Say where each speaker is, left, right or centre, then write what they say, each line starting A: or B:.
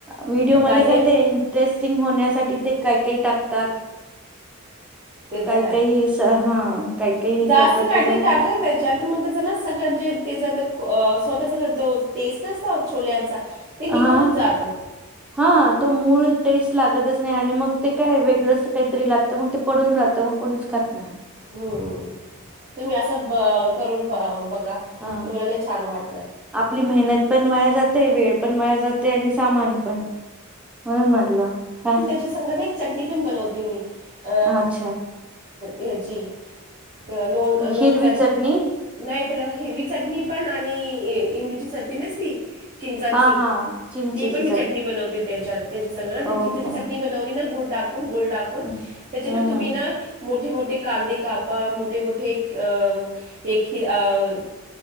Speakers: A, in the centre; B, on the right.
A: व्हिडिओ मध्ये
B: माझे
A: काय ते टेस्टिंग होण्यासाठी ते काही काही टाकतात.
B: ते
A: काही
B: तर
A: काहीस हा काही काही
B: अस
A: करतात
B: काहीतरी
A: त्याच्यामुळे
B: टाकाया पाहिजे त्याच्यात तर मग त्याचा ना सगळ जे त्याच स्वतःचा जो टेस्ट असतो छोल्यांचा ते निघूनच
A: हा
B: जातो
A: हा तो मूळ टेस्ट लागतच नाही आणि मग ते काय वेगळंच काहीतरी लागतं मग ते पडून राहतं. कोणीच खात नाही.
B: हम्म तुम्ही असं ब करून बघा
A: अ
B: तुम्हाला लई छान वाटणार.
A: आपली मेहनत पण वाया जाते वेळ पण वाया जात ते आणि सामान पण म्हणून म्हटलं काय
B: त्याच्यासंग मी चटणी पण बनवते मी अ
A: अच्छा
B: याची तर लोण लोणच
A: हिरवी चटणी
B: नाही त्याला हिरवी चटणी पण आणि इमलीची चटणी नसती चिंचाची
A: हा हा चिंचेची
B: ती पण मी चटणी बनवते त्याच्यात त्याच्यास़ंग ना
A: ओके
B: चिंचची चटणी बनवली ना गुळ टाकून गुळ टाकून
A: हम्म
B: त्याच्यात तुम्ही
A: हम्म
B: ना मोठे मोठे कांदे कापा मोठे मोठे अ हे खीर अ